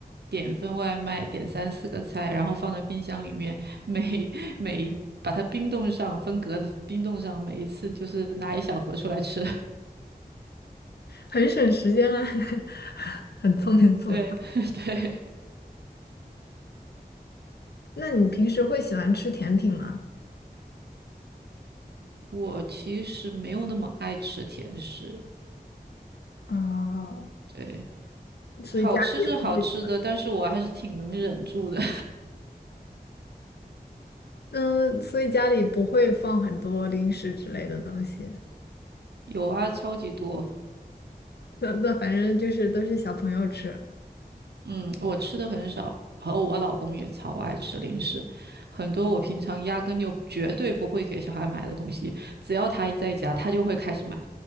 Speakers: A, on the right; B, on the left.
A: 点一份外卖，点三四个菜，然后放在冰箱里面，每每一把它冰冻上，分格子冰冻上，每一次就是拿一小盒出来吃。<laughs>
B: 很省时间啊，<laughs> 很聪明的做法。
A: 对 <laughs> 对，
B: 那你平时会喜欢吃甜品吗？
A: 我其实没有那么爱吃甜食，
B: 啊，
A: 对，
B: 所以家里也不会，
A: 好吃是好吃的，但是我还是挺能忍住的。
B: 嗯，所以家里不会放很多零食之类的东西。
A: <laughs> 有啊，超级多。
B: 那那反正就是都是小朋友吃。
A: 嗯，我吃的很少，然后我老公也超爱吃零食，很多我平常压根就绝对不会给小孩买的东西，只要他一在家，他就会开始买。